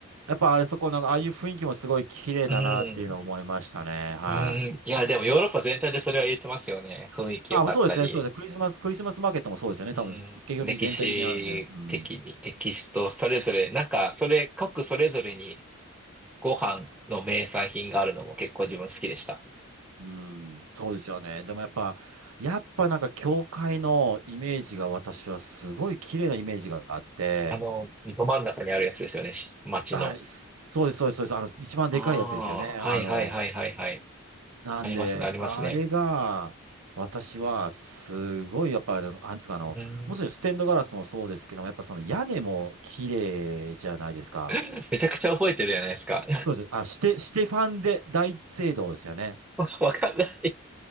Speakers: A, on the right; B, in the centre.
A: やっぱあれそこの、ああいう雰囲気もすごい綺麗だなっていうのを思いましたね。
B: ん。うん。
A: は
B: うん。いや、でもヨーロッパ全体でそれは言えてますよね。雰囲気良かったり。
A: あ、そうですね、そうですね。クリスマス、クリスマスマーケットもそうですよね。
B: うん、
A: 多分、結局的に全体的にあるんで。
B: 歴史的に、
A: うん。
B: 歴史とそれぞれ、なんか、それ、各それぞれにご飯の名産品があるのも結構自分好きでした。
A: うん。そうですよね。でもやっぱ、やっぱなんか教会のイメージが私はすごい綺麗なイメージがあって、
B: あの、ど真ん中にあるやつですよね、し町の。
A: はい、すそうです、そうです、そうです。あの、一番でかいやつですよね。
B: ああ、
A: あの、
B: はいはいはいはいはい。
A: なんで、
B: ありますね、ありますね。
A: あれが、私はすごい、やっぱ、なんつうかあの、
B: うん、
A: もちろんステンドガラスもそうですけども、やっぱその屋根も綺麗じゃないですか。
B: <laughs> めちゃくちゃ覚えてるじゃないですか。
A: そうです。あ、して、ステファンで大聖堂ですよね。
B: <laughs> わかんない。